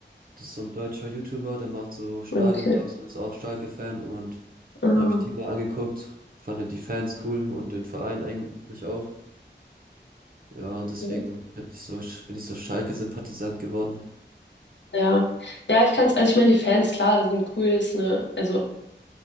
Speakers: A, on the right; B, on the left.
A: Das ist so ein deutscher YouTuber, der macht so Stadionvlogs
B: okay.
A: und ist auch Schalke-Fan und
B: Ah,
A: dann habe ich die mal angeguckt, fand die Fans cool und den Verein eigentlich auch. Ja, und deswegen
B: okay.
A: bin ich so, bin ich so Schalke-Sympathisant geworden.
B: ja. Ja, ich kann es, also ich meine, die Fans, klar, sind cool, ist eine, also,